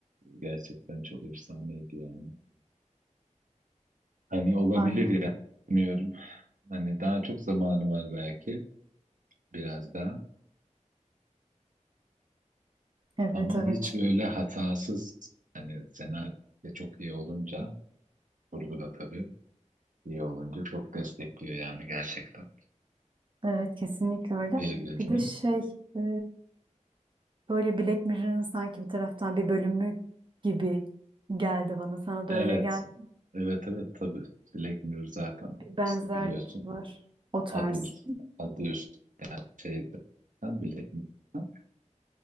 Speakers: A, on the right (about 85°); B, on the right (about 40°).
A: gerçekten çok efsaneydi yani. Hani olabilir
B: Aynen.
A: yani bilmiyorum. Hani daha çok zamanı var belki biraz daha.
B: Evet,
A: Ama
B: evet.
A: hiç böyle hatasız hani senaryo da çok iyi olunca kurgu da tabii iyi olunca çok destekliyor yani gerçekten
B: Evet kesinlikle öyle.
A: birbirini.
B: Bir de şey e, böyle Black Mirror'ın sanki bir taraftan bir bölümü gibi geldi bana. Sana da
A: Evet.
B: öyle geldi.
A: Evet evet tabii. Black Mirror zaten
B: Bir benzerlik
A: işte biliyorsun.
B: var. O tarz.
A: Adı, üst- adı üst şeyden Black Mirror'dan.